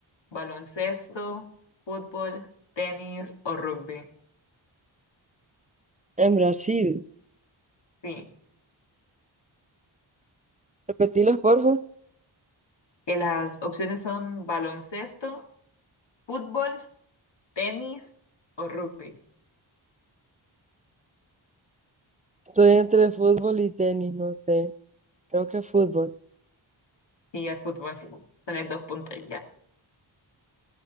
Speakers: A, on the left; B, on the right.
A: ¿Baloncesto, fútbol, tenis o rugby?
B: En Brasil.
A: Sí,
B: Repetilos, porfa.
A: que las opciones son baloncesto, fútbol. tenis o rugby.
B: Estoy entre fútbol y tenis, no sé. Creo que fútbol.
A: Sí, el fútbol. Tener dos puntos ya.